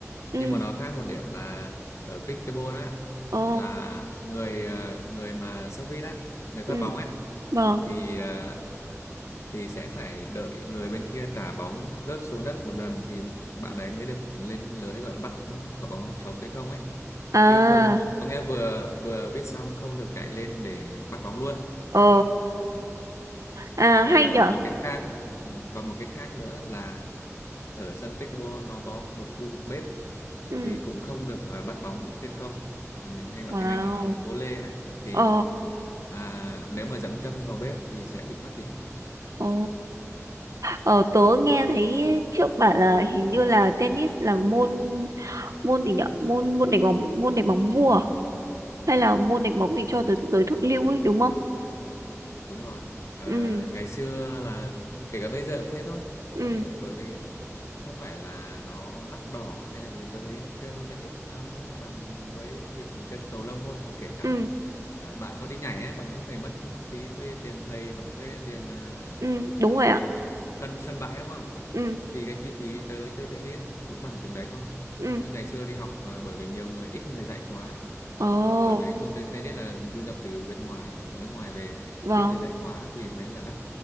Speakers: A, on the right (about 80°); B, on the left (about 65°).
A: ừ
B: nhưng mà nó khác một điểm là ở pickleball á
A: ồ
B: là người ờ, người mà sốc vít á người phát
A: ừ
B: bóng á
A: vâng
B: thì à, thì sẽ phải đợi người bên kia trả bóng rớt xuống đất một lần thì bạn ấy mới được lên lưới gọi là bắt quả bóng sống hay không ấy
A: à
B: chứ không có nghĩa vừa vừa viết xong không được chạy lên để bắt bóng luôn
A: ồ
B: Đấy.
A: à
B: còn
A: hay
B: à,
A: nhở
B: một cái khác ừ, còn một cái khác nữa là ở sân pickleball nó có một khu vực bếp
A: ừ
B: thì cũng không được à, bắt bóng trên không À, mình hay gọi
A: wow
B: tiếng Anh là vô lê đấy thì
A: ồ
B: à, nếu mà dẫm chân vào bếp thì sẽ bị mất điểm
A: ồ Ờ, tớ nghe thấy trước bảo là hình như là tennis là môn môn gì nhở môn môn đánh bóng môn đánh bóng vua à? hay là môn đánh bóng để cho giới, giới thượng lưu ấy đúng không?
B: đúng rồi à,
A: Ừ
B: ngày xưa là kể cả bây giờ cũng thế thôi
A: ừ
B: Ê, bởi vì không phải là nó đắt đỏ hay là gì tôi thấy chơi môn tennis nó bằng với việc mình chơi cầu lông thôi hoặc kể cả
A: ừ
B: à, bạn có đi nhảy ấy, bạn cũng phải mất phí thuê tiền thầy cộng với tiền à,
A: ừ đúng rồi
B: tiền
A: ạ.
B: gọi là sân sân bãi đúng không
A: Ừ
B: thì cái chi phí tớ chơi tennis cũng bằng từng đấy thôi
A: ừ.
B: Tớ ngày xưa đi học à, bởi vì nhiều người ít người dạy quá
A: Ồ
B: bởi vì cái môn te- tennis là du nhập từ bên ngoài ở nước ngoài về
A: vâng
B: ít người dạy quá thì mới là đắt